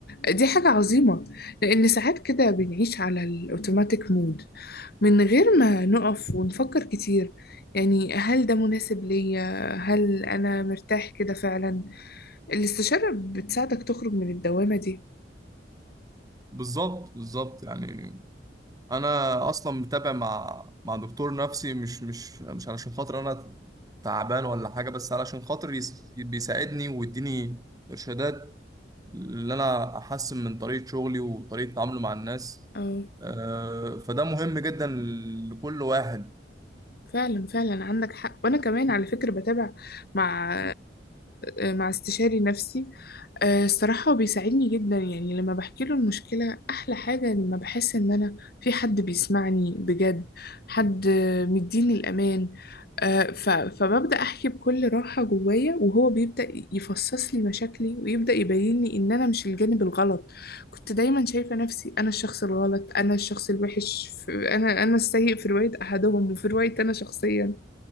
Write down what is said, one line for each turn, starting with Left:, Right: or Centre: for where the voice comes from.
Left: دي حاجة عظيمة لأن ساعات كده بنعيش على الأوتوماتيك مود من غير ما نقف ونفكر كتير يعني هل ده مناسب ليا هل أنا مرتاح كده فعلا الاستشارة بتساعدك تخرج من الدوامة دي
Right: بالظبط بالظبط يعني انا اصلا متابع مع مع دكتور نفسي مش مش مش علشان خاطر انا تعبان ولا حاجه بس علشان خاطر يس- بيساعدني ويديني ارشادات اللي انا احسن من طريقه شغلي وطريقه تعاملي مع الناس
Left: اه
Right: آه، فده مهم جدا لكل واحد
Left: فعلا فعلا عندك حق وانا كمان على فكره بتابع مع مع استشاري نفسي آه، الصراحه هو بيساعدني جدا يعني لما بحكي له المشكله احلى حاجه لما بحس ان انا في حد بيسمعني بجد حد آه، مديني الامان آه، ف- فببدا احكي بكل راحه جوايا وهو بيبدا يفصص لي مشاكلي ويبدا يبين لي ان انا مش الجانب الغلط كنت دايما شايفة نفسي أنا الشخص الغلط أنا الشخص الوحش في أنا أنا السيء في رواية أحدهم وفي رواية أنا شخصيا